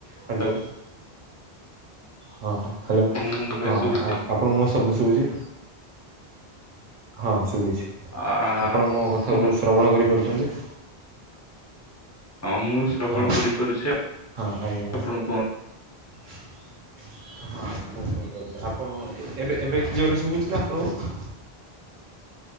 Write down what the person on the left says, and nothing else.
hello,
ଆପଣଙ୍କୁ ମୋ ଭଏସ
ଶୁଭୁଛି
ଆ
କୁହନ୍ତୁ
ହଁ ମୁଁ ଶ୍ରବଣ
କରିପାରୁଛି ଆପଣ
କୁହନ୍ତୁ?